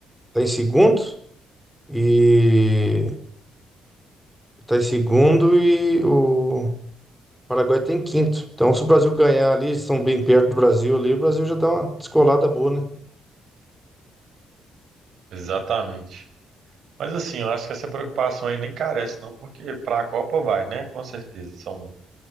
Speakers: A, in the centre; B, on the right.
A: tá em segundo e tá em segundo e o Paraguai tem quinto. Então, se o Brasil ganhar ali, eles estão bem perto do Brasil ali, o Brasil já dá uma descolada boa, né?
B: Exatamente. Mas assim, eu acho que essa preocupação aí nem carece, não, porque para a Copa vai, né? Com certeza. São,